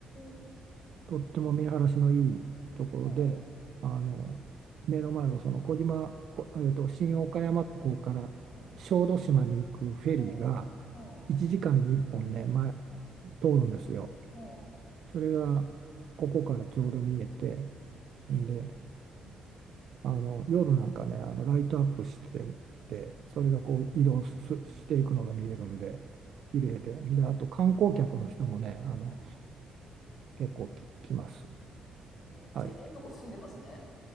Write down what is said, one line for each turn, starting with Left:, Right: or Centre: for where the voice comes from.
Left: ー。
Right: とっても見晴らしのいいところで、
Left: ほう。
Right: あの
Left: はいはい。
Right: 目の前をその小島、こえーと、新岡山港から小豆島に行くフェリーが
Left: はいはい。ほう。ほう。
Right: 1時間に1本ね、前、
Left: ほう。
Right: 通るんですよ。
Left: ほう。
Right: それがここからちょうど見えて、
Left: え。
Right: んで、
Left: うん。
Right: あの夜なんかね、あのライトアップしてて、
Left: うん。
Right: それがこう移動すしていくのが見えるんで、綺麗で、で、あと観光客の人もね、
Left: ほう。
Right: あの
Left: ほう。
Right: 結構き来ます。
Left: えめっちゃいいとこ住んでますね。
Right: はい